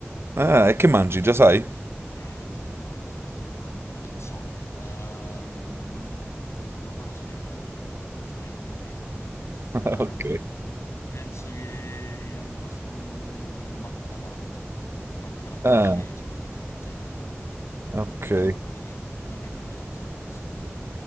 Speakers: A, on the right; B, on the left.
A: Ah, e che mangi, già sai?
B: Eh, ottima domanda, ottima domanda, non lo so. Ehm, devo fare la spesa d'altronde, non c'ho niente in frigo. Ehm,
A: <laughs> Ok.
B: penso che andrò su un baccalà, un baccalà con
A: Ah,
B: ceci, qualcosa del genere,
A: ok.
B: Eh, qualcosa di tipico della zona, insomma.